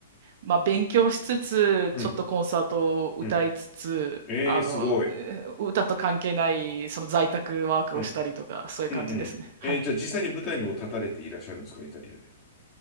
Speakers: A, on the right; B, on the left.
A: まあ、勉強しつつ、
B: うん、
A: ちょっとコンサートを歌いつつ、
B: うん。えー、
A: あの、
B: すごい。
A: えー歌と関係ないその在宅ワークをしたりとか、
B: うん、
A: そういう感じですね。
B: うん、うん。
A: はい。
B: えー、じゃあ、実際に舞台にも立たれていらっしゃるんですかイタリアで。